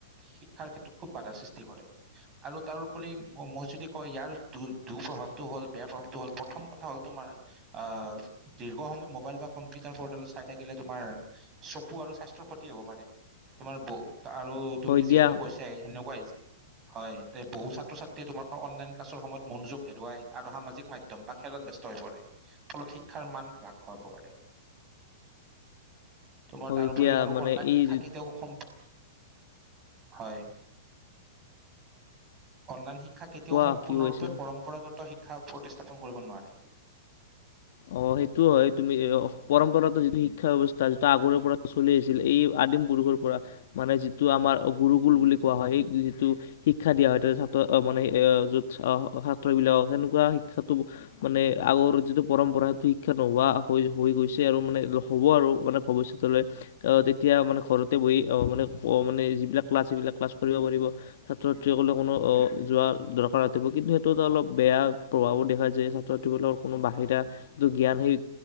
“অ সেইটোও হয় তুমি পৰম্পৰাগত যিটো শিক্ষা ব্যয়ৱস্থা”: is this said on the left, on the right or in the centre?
Left